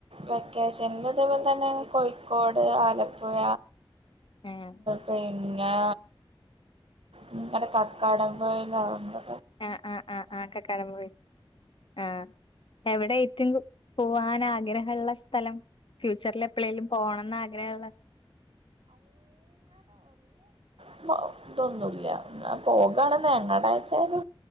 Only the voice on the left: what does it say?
ആഹ്.
ആ ആആ ആ കക്കാടം പോയേക്ക് ആ എവടെ ഏറ്റും പോവാൻ ആഗ്രഹള്ള സ്ഥലം ഫ്യൂച്ചറിൽ എപ്പളെലും പോണന്ന് ആഗ്രഹള്ള